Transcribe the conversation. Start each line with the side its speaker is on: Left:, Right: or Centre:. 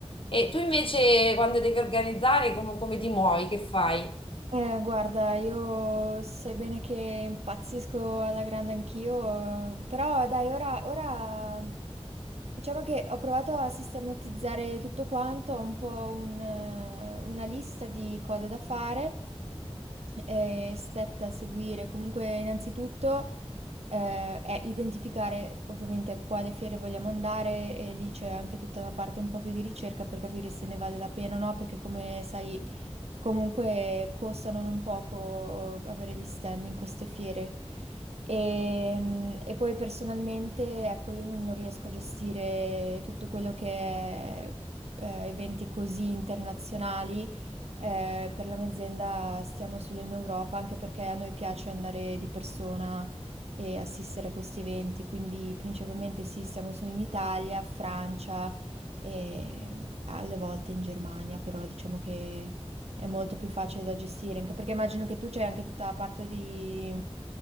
Left: E tu invece quando devi organizzare come, come ti muovi? Che fai?
Right: Eh, guarda, io sai bene che impazzisco alla grande anch'io, eh, però dai, ora, ora diciamo che ho provato a sistematizzare tutto quanto, ho un po' un, eh, una lista di cose da fare e step da seguire. Comunque, innanzitutto eh, è identificare ovviamente a quale fiere vogliamo andare e lì c'è anche tutta una parte un po' più di ricerca per capire se ne vale la pena o no, perché come sai... Comunque costano non poco avere gli stand in queste fiere. E, e poi personalmente, ecco, io non, non riesco a gestire tutto quello che è eh, eventi così internazionali. Eh, per la mia azienda stiamo solo in Europa, anche perché a noi piace andare di persona e assistere a questi eventi. Quindi principalmente sì, stiamo solo in Italia, Francia e alle volte in Germania, però diciamo che è molto più facile da gestire, anche perché immagino che tu c'hai anche tutta la parte di,